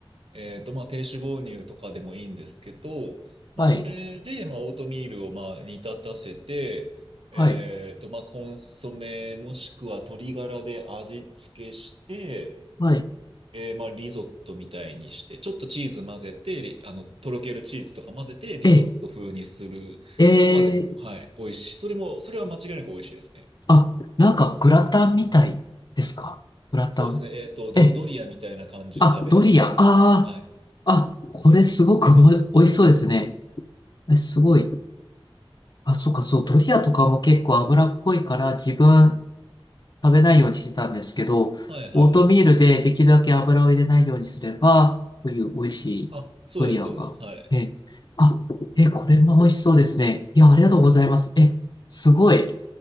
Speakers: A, on the right (about 70°); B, on the left (about 45°).
A: えーっと、まあ、低脂肪乳とかでもいいんですけど、まあ、
B: はい。
A: それで、まあ、オートミールを、まあ、煮立たせて、えーっと、
B: はい
A: まあ、コンソメもしくは鶏ガラで味付けして、
B: はい。
A: えーまあ、リゾットみたいにして、ちょっとチーズ混ぜて、リあの、とろけるチーズとか混ぜて、リゾット風にするとかでも、
B: え、えー、
A: はい、美味しい。それも、それは間違いなく美味しいですね。
B: あ、なんかグラタンみたいですかグラタン。
A: そうですね。えっと、ド、
B: え、
A: ドリアみたいな感じで食べれますね。
B: あ、ドリア。ああ、
A: はい。
B: あ、これすごくおい美味しそうですね。え、すごい。あ、そうか、そう、ドリアとかも結構脂っこいから自分食べないようにしてたんですけど、
A: はいはいはいはい。
B: オートミールでできるだけ油を入れないようにすれば、こういう美味しいドリアが。
A: あ、そうです、そうです。はい。
B: え、あ、え、これも美味しそうですね。いや、ありがとうございます。え、すごい。